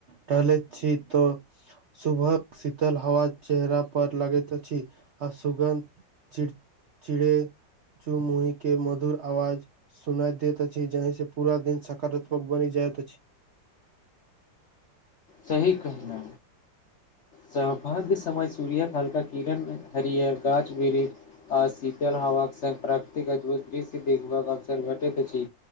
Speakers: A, on the right; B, on the left.
A: टहलैत छी त सुभक शीतल हव चेहरा पर लागे छ आ सुगन्ध चिड़ चिड़ेचु मुुही के मधुर आवाज सुनाय देैत अछि जही से पूरा दिन सकारात्मक बनि जाइत अछि
B: सही कहलो सौभाग्य समय सूर्य कालका किरण हरिहर गाछ वृक्ष आ शीतल हवाक संगङ्ग प्राकृतिक अद्भुत दृश्य देखबाक अवसर घेटैत अछि